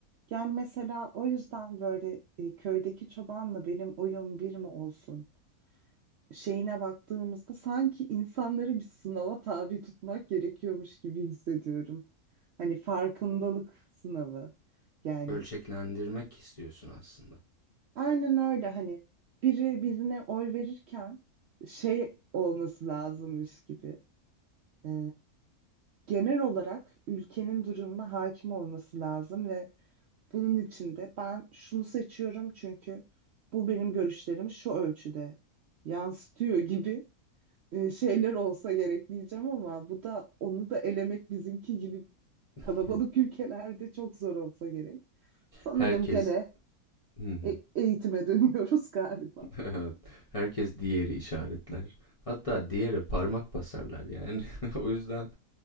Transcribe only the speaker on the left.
Ölçeklendirmek istiyorsun aslında.
<laughs>
Herkes
<laughs>
Evet, herkes diğeri işaretler. Hatta diğere parmak basarlar yani. <laughs> O yüzden